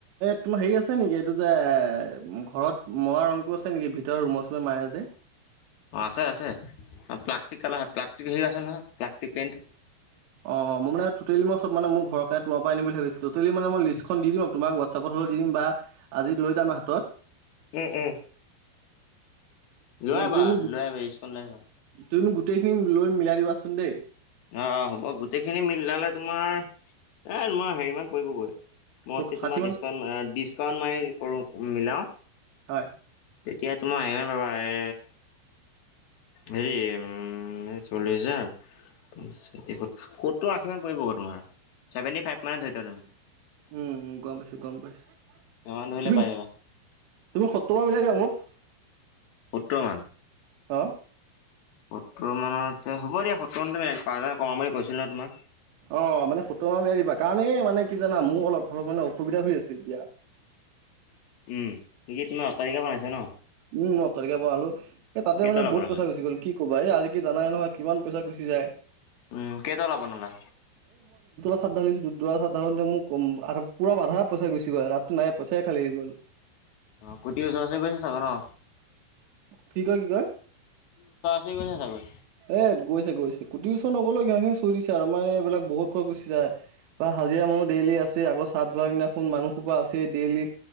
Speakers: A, on the right; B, on the left.
A: ত মাৰ হেৰি আছে নেকি এইটো যে ঘৰত মৰা ৰংটো আছে নেকি ভি এতিয়া আৰু ৰুমৰ চুমে মায় আ যে
B: অ আছে আছে প্লাষ্টিক কালা প্লাষ্টিক হে আছে নহয় প্লাষ্টিক পেইণ্ট
A: অ মোৰ মানে টোটেলি মই চব মানে মোৰ ঘৰে তোমাৰ পৰা আনিম বুলি ভাবিছিলো টোটেলি মানে মই লিষ্ট খন দি দিম তোমাক হোৱাছআপত দিম বা আজি লৈ যাম হাতত।
B: উম উম। লৈ আহিবা
A: তুমি মোক
B: লৈ আহিবা ইউজখন লৈ আহিবা।
A: তুমি মোক গোটেইখিনি লৈ মিলাই দিবাচোন দেই
B: অ হ'ব গোটেইখিনি মিলালে তোমাৰ এ মই হেৰি মান পৰিবগৈ।
A: সত-
B: মই
A: ষাঠি
B: তোমাৰ
A: মান
B: ডিচকাউণ্ট অ ডিছকাউণ্ট মাৰি কৰো মিলাও
A: হয়
B: তেতিয়া তোমাৰ এও পাবা এ হেৰি উম চল্লি হাজাৰ সত্তৰ আশী মান পৰিব তোমাৰ চভেনটি ফাইভ মানে ধৰি তুমি।
A: উম গম পাইছো গম পাইছো।
B: সিমান ধৰিলে
A: তুমি
B: পাই যাবা
A: তুমি সত্তৰ মাধ মিলাই দিয়া মোক
B: বৰ্তমান
A: আহ।
B: সত্তৰ মানতে হব দিয়া সত্তৰ মানতে মিলাই দিম পাঁচ হাজাৰ কমাম বুলি কৈছিল নহয় তোমাক।
A: অ মানে সুতৰ মান মিলাই দিবা কাৰণ এই মানে কি জানা মোৰ অলপ ঘৰৰ মানে অসুবিধা হৈ আছে এতিয়া <inaudible>
B: উম, কি তুমি অট্টালিকা বনাইছা ন?
A: উম অ তৰিকা বলো এই তাতে
B: কেইতলা
A: মানে বহুত
B: বনালা?
A: পইচাৰ গুচি গ'ল কি ক'বাই আজি কি জানাই নহয় কিমান পইচা গুচি যায়
B: উম কেইদলা বনালা
A: চাত ঢালিছোঁ দু চাত ধালোঁতে মোৰ ম পূৰা আধা পই গুচি গ'ল তাত নাই পইচাই খালী গ'ল
B: অ কোটিৰ ওচৰ চৰি গৈছে চাগ ন
A: কি কয় কি কয়
B: কোটি গৈছে চাগৈ।
A: এ গৈছে গৈছে কোটি ওচৰ নগ'লেও ঘিহা খি চুই দিছে আৰু মানে এইবিলাক বহুত কৈ গুচি যায় বা হাজিৰা মানুহ ডেইলি আছে আগৰ চাত ধৰা কিনাখন মানুহসোপা আছে ডেইলি